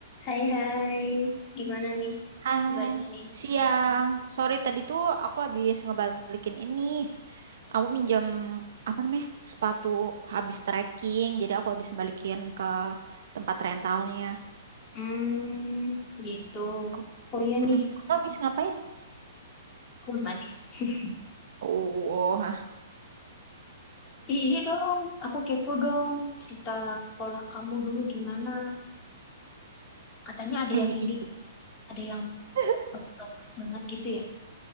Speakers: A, on the left; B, on the right.
A: Hai hai, gimana nih
B: Hai,
A: kabarnya nih?
B: siang. Sorry tadi tuh aku habis ngebalikin ini. Aku minjam apa namanya? Sepatu habis trekking. Jadi aku habis balikin ke tempat rentalnya.
A: Hmm, gitu.
B: Ke-
A: Oh iya
B: Mm-mm.
A: nih,
B: Kamu habis ngapain?
A: aku harus mandi sih. <laughs>
B: Oh, hah.
A: Ih, ini dong, aku kepo dong cerita sekolah kamu dulu gimana. Katanya ada
B: eh
A: yang ini,
B: i-
A: ada yang
B: <laughs>
A: otot banget gitu ya.